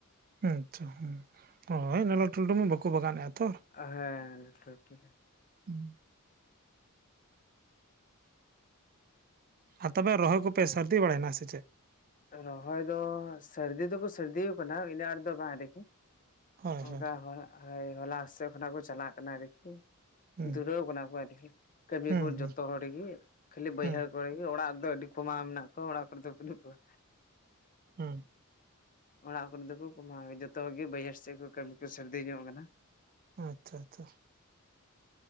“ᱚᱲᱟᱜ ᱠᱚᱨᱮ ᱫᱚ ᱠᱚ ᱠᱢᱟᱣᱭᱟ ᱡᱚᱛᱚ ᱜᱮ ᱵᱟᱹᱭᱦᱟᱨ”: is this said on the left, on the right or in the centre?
Left